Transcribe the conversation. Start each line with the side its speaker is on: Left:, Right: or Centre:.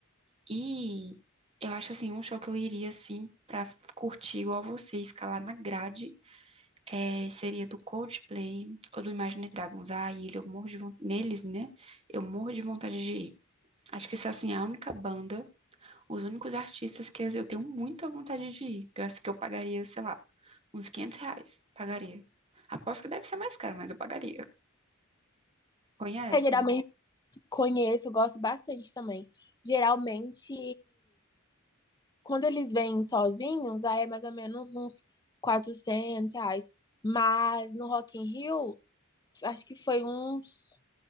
Right: E eu acho assim, um show que eu iria assim pra curtir igual você e ficar lá na grade é, seria do Coldplay ou do Imagine Dragons. Ah, e ele- eu morro de von- neles, né? Eu morro de vontade de ir. Acho que isso assim, é a única banda, os únicos artistas que eu tenho muita vontade de ir. Que eu acho que eu pagaria, sei lá, uns 500 reais. Pagaria. Aposto que deve ser mais caro, mas eu pagaria. Conhece?
Left: É, geralmente conheço, gosto bastante também. Geralmente, quando eles vêm sozinhos, aí é mais ou menos uns 400 reais. Mas no Rock in Rio, acho que foi uns